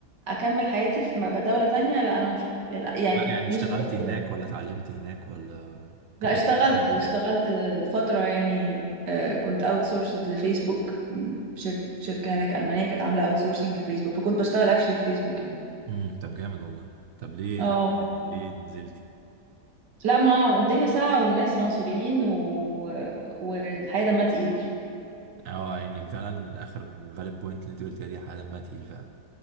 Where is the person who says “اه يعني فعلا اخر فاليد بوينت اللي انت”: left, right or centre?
Right